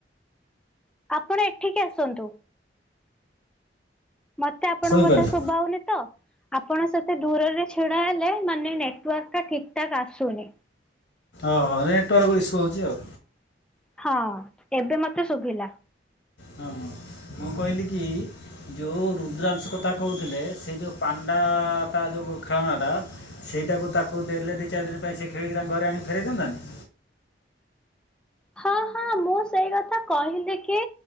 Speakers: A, in the centre; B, on the left (about 80°).
A: ଆପଣ ଏଠିକି ଆସନ୍ତୁ। ମତେ ଆପଣଙ୍କ
B: ଶୁଣିପାରିଲି
A: କଥା ଶୁଭ ହଉନି ତ ଆପଣ ସେତେ ଦୂରରେ ଛିଡା ହେଲେ ମାନେ ନେଟୱାର୍କ ଟା ଠିକ ଠାକ୍ ଆସୁନି।
B: ଓହୋ ନେଟୱାର୍କ ଇସୁ ହଉଛି ଆଉ
A: ହଁ ଏବେ ମତେ ଶୁଭିଲା।
B: ହଁ ହଁ ମୁଁ କହିଲି କି ଯେଉଁ ରୁଦ୍ରାଂଶ କଥା କହୁଥିଲେ ସେ ଯେଉଁ ପାଣ୍ଡାଟା ଯେଉଁ ଖେଳନାଟା ସେଇଟାକୁ ତାକୁ ଦେଲେ ଦୁଇ ଚାରି ଦିନ ପାଇଁ ସେ ଖେଳିକି ତାଙ୍କ ଘରେ ଆଣିକି ଫେରାଇ ଦିଅନ୍ତାନି?
A: ହଁ ହଁ ମୁଁ ସେଇ କଥା କହିଲି କି